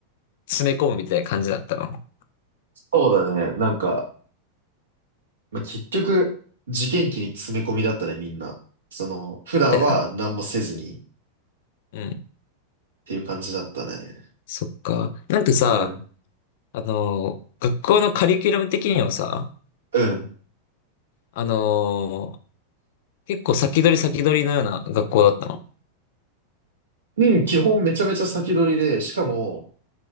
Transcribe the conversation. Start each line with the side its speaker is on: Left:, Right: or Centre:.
Left: 詰め込むみたいな感じだったの。
Right: そうだね。なんか、まあ、結局、受験期に詰め込みだったね、みんな。その、普段は何もせずにっ
Left: そうだよな。うん。
Right: ていう感じだったね。
Left: そっか。なんかさ、
Right: うん。
Left: あのー、学校のカリキュラム的にはさ、
Right: うん。
Left: あのー、結構先取り先取りのような学校だったの。
Right: うん基本めちゃめちゃ先取りで、しかも、